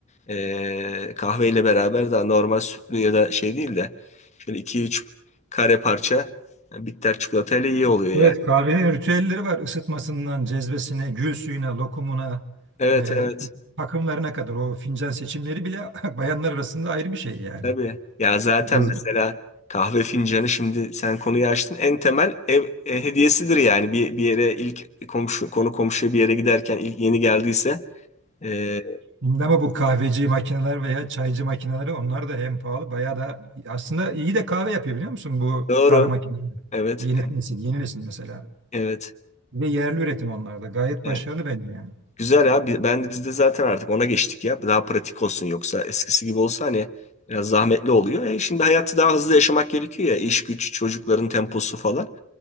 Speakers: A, on the left; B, on the right.
A: E, kahveyle beraber daha normal sütlü ya da şey değil de şöyle iki üç kare parça bitter çikolatayla iyi oluyor ya.
B: Evet kahvenin ritüelleri var. Isıtmasından cezvesine, gül suyuna, lokumuna,
A: Evet
B: e,
A: evet.
B: işte takımlarına kadar o fincan seçimleri bile <laughs> bayanlar arasında ayrı bir şey yani.
A: Tabii. Ya zaten
B: Cez-
A: mesela kahve fincanı şimdi sen konuyu açtın. En temel ev e, hediyesidir yani. Bir, bir yere ilk komşu konu komşuya bir yere giderken ilk yeni geldiyse. E,
B: Şimdi ama bu kahveci makineler veya çaycı makineleri onlar da hem pahalı bayağı da aslında iyi de kahve yapıyor biliyor musun bu
A: doğru.
B: kahve makineleri.
A: Evet.
B: Yeni nesil, yeni nesil mesela.
A: Evet.
B: Ve yerli üretim onlar da gayet
A: Evet.
B: başarılı bence yani.
A: Güzel abi. Ben de biz de zaten artık ona geçtik ya. Daha pratik olsun yoksa eskisi gibi olsa hani biraz zahmetli oluyor. E, şimdi hayatı daha hızlı yaşamak gerekiyor ya. İş güç, çocukların temposu falan.